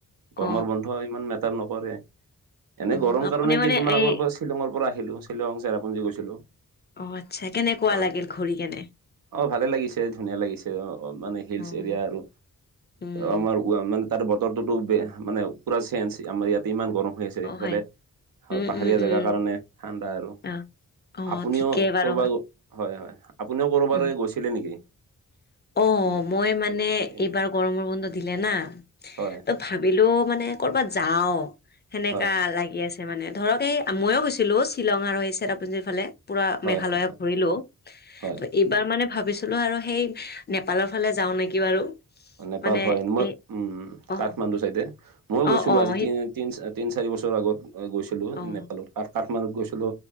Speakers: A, on the left; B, on the right.
A: অ',
B: গৰমৰ বন্ধ ইমান মেটাৰ নকৰে। এনেই
A: অ',
B: গৰম
A: আপুনি
B: কাৰণে
A: মানে
B: কেইদিনমান
A: এই
B: আগৰ পৰা শ্বিলঙৰ পৰা আহিলো শ্বিলং চেৰাপুঞ্জী গৈছিলো।
A: অ' আচ্ছা কেনেকুৱা
B: হয়
A: লাগিল ঘূৰি কেনে।
B: অ' ভালে লাগিছে ধুনীয়া লাগিছে মানে হিলচ্
A: অ',
B: এৰিয়া আৰু।
A: উম,
B: আমাৰ ওৱা মানে তাত বতৰটোতো বেয়া মানে পুৰা চেঞ্জ আমাৰ ইয়াতে ইমান গৰম। হৈ আছে
A: অ',
B: সেইফালে
A: হয়। উম,
B: হয়, পাহাৰীয়া
A: উম, উম,
B: জেগাৰ কাৰণে ঠাণ্ডা আৰু,
A: অ', অ',
B: আপুনিও
A: ঠিকেই বাৰু।
B: কৰবা হয় হয় আপুনিও ক'ৰবালে
A: উম,
B: গৈছিলে নেকি।
A: অ'
B: এই
A: মই মানে
B: এই এই
A: এইবাৰ গৰমৰ বন্ধ দিলে না।
B: হয়।
A: ত' ভাবিলো মানে কৰ'বাত যাওঁ, সেনেকা
B: হয় হয়
A: লাগি আছ মানে ধৰক এই ময়ো গৈছিলো শ্বিলং আৰু সেই চেৰাপুঞ্জীৰ ফালে। পুৰা
B: হয়
A: মেঘালয়ত
B: হয় হয় হয়
A: ঘূৰিলো,
B: হয়।
A: ত' এইবাৰ মানে ভাবিছিলো আৰু সেই নেপালৰ ফালে যাওঁ নেকি বাৰু
B: নেপাল
A: মানে
B: হয়, মই
A: এই
B: উম
A: অ',
B: কাঠমাণ্ডু চাইডে, ময়ো গৈছিলো
A: অ', অ',
B: আজি
A: সেই
B: তিন তিন তিন চাৰি বছৰ আগত গৈছিলো
A: অ'।
B: নেপালত আৰু কাঠমাণ্ডুত গৈছিলো।